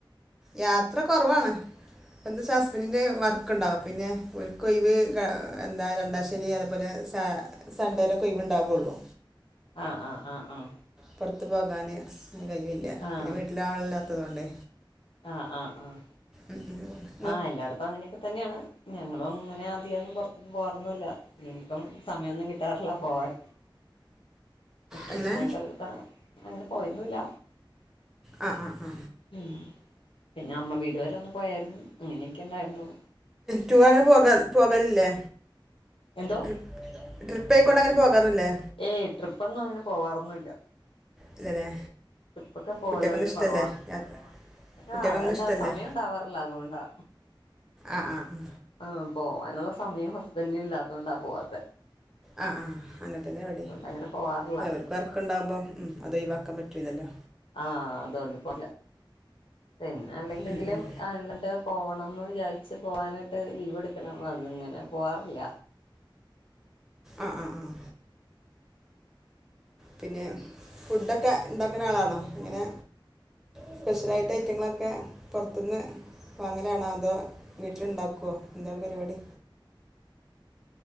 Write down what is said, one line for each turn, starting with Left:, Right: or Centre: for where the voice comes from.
Centre: യാത്ര കുറവാണ് അപ്പ എന്താ വച്ചാൽ ഹസ്ബന്റന് വർക്കണ്ടാവും പിന്നെ ഒര്ക്ക് ഒഴിവ് എന്താ രണ്ടാശ്ശരി അ അതുപോലെ സൺണ്ടേലോക്കെ ഒഴിവ് ഉണ്ടാവള്ളൂ
Left: ആഹ് ആഹ് ആഹ് ആഹ്
Centre: പുറത്ത് പോകാൻ കഴിയില്ല
Left: ആഹ്
Centre: പിന്നെ വീട്ടില് ആളില്ലാത്തതോണ്ട്
Left: ആഹ് ആഹ് ആഹ്
Centre: ഉം ഉ
Left: ആഹ് എല്ലായിടത്തും അങ്ങനെയൊക്കെ തന്നെയാണ് ഞങ്ങളും അങ്ങനെ അധികൊന്നും പുറത്തുന്നും പോകറന്നുല്ല ഞാകൾക്കും സമയമൊന്നും കിട്ടാറില്ല പോവാൻ വെക്കേഷനയിട്ടത്ത
Centre: അങ്ങനെ
Left: അങ്ങനെ പോയന്നോന്നില്ല
Centre: ആ ആ ആ
Left: ഉ പിന്നെ അമ്മ വീട് വരെ ഒന്ന് പോയായിരുന്നു അങ്ങനെയൊക്കെ ഉണ്ടായിരുന്നു
Centre: ടൂർ അങ്ങനെ പോക പോകലല്ലേ
Left: എന്തോ
Centre: ട്രിപ്പ് ട്രിപ്പ ആയിക്കൊണ്ട് അങ്ങനെ പോകാറില്ലേ
Left: ഏയ് ട്രിപ്പൊന്നും അങ്ങനെ പോവാറൊന്നുമില്ല
Centre: ഇല്ലല്ലേ
Left: ട്രിപ്പൊക്കെ പോലൊക്കെ
Centre: കുട്ടികൾക്കൊന്നും ഇഷ്ടമല്ലേ
Left: കുറവാണ്
Centre: യാത്ര കുട്ടികൾക്കൊന്നും
Left: ആഹ് അല്ലാ
Centre: ഇഷ്ടമല്ലേ
Left: സമയം ഉണ്ടാവാറില്ല അതുകൊണ്ടാ
Centre: ആഹ് ആഹ്
Left: ആ് പോവാനുള്ള സമയം ഹസ്ബൻഡന് ഇല്ലാത്ത കൊണ്ടാ പോവാത്ത
Centre: ആ ആ അങ്ങനത്തെല്ലെ എവിടെ
Left: അങ്ങനെ പോവാറില്ല
Centre: അല്ലും വർക്കണ്ടാവുമ്പോം ഉം അത് ഒഴിവാക്കാൻ പറ്റൂ ഇല്ലോ
Left: ആഹ അതുകൊണ്ട് പോ പിന്നെ അല്ല എന്തെങ്കിലുംല്ലാണ്ട്
Centre: ഉം, ഉം.
Left: പോകണംമെന്ന് വിചാരിച്ച് പോവാനായിട്ട് ലീവ് എടുക്കണം അതിങ്ങനെ പോവാറില്ല
Centre: ആഹ് ആഹ് ആഹ് പിന്നെ ഫുഡൊക്കെ ഉണ്ടാക്കണ ആളാണോ അങ്ങനെ സ്പെഷ്യലായിട്ട് ഐറ്റങ്ങളൊക്കെ പുറത്തുന്ന് വങ്ങലാണോ അതോ വീട്ടില ഉണ്ടാക്കുവോ എന്താണ് പരിപാടി